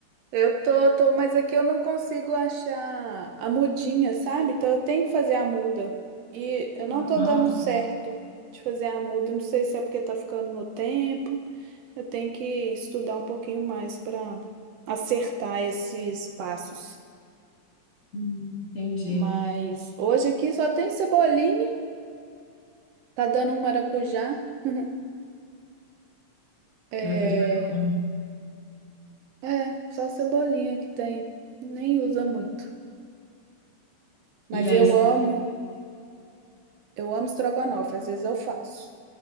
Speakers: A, on the right (about 70°); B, on the left (about 40°).
A: Eu tô, tô, mas aqui eu não consigo achar a mudinha, sabe? Então eu tenho que fazer a muda. E eu não tô
B: Nossa,
A: dando certo de fazer a muda. Não sei se é porque tá ficando no tempo. Eu tenho que estudar um pouquinho mais para acertar esses passos.
B: hum, entendi.
A: Mas hoje aqui só tem cebolinha, tá dando um maracujá. <laughs> É,
B: Maracujá é bom.
A: é, só cebolinha que tem, nem usa muito.
B: E
A: Mas
B: aí,
A: eu
B: você-
A: amo, eu amo estrogonofe, às vezes eu faço.